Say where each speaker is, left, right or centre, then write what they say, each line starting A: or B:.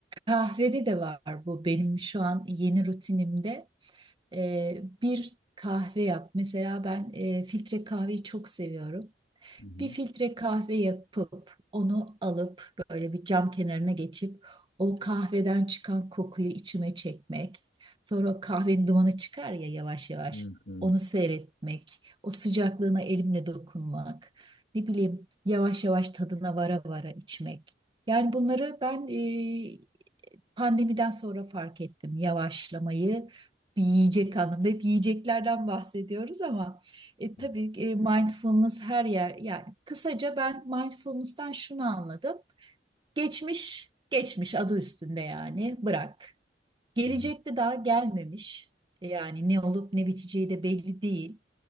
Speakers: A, on the right; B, on the left.
A: kahvede de var bu benim şu an yeni rutinimde. E, bir kahve yap. Mesela ben e, filtre kahveyi çok seviyorum.
B: Hı hı.
A: Bir filtre kahve yapıp onu alıp böyle bir cam kenarına geçip o kahveden çıkan kokuyu içime çekmek. Sonra o kahvenin dumanı çıkar ya yavaş yavaş.
B: Evet, evet.
A: Onu seyretmek, o sıcaklığına elimle dokunmak, ne bileyim yavaş yavaş tadına vara vara içmek. Yani bunları ben e, Pandemiden sonra fark ettim yavaşlamayı. Bir yiyecek anlamında hep yiyeceklerden bahsediyoruz ama e, tabii
B: Evet.
A: e, mindfulness her yer yani kısaca ben mindfulness'tan şunu anladım. Geçmiş geçmiş adı üstünde yani bırak. Gelecekte
B: Hı hı.
A: daha gelmemiş. e, Yani ne olup ne biteceği de belli değil